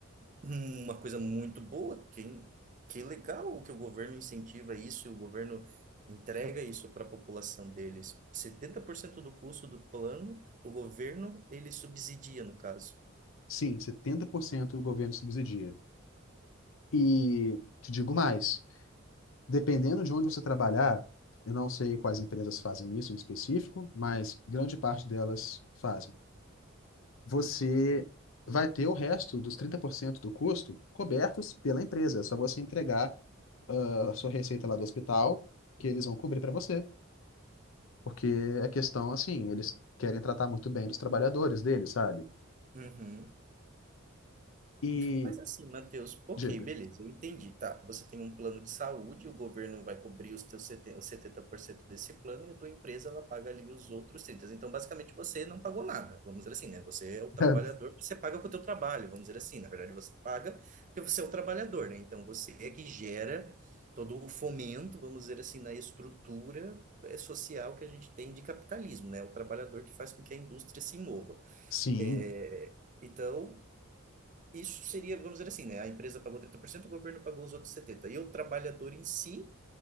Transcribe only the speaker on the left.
Sim, 70% do governo subsidia. E te digo mais, dependendo de onde você trabalhar, eu não sei quais empresas fazem isso em específico, mas grande parte delas fazem. Você vai ter o resto dos 30% do custo cobertos pela empresa. É só você entregar ah, a sua receita lá do hospital, que eles vão cobrir para você. Porque é questão, assim, eles querem tratar muito bem dos trabalhadores deles, sabe?
E,
diga.
<laughs>
Sim,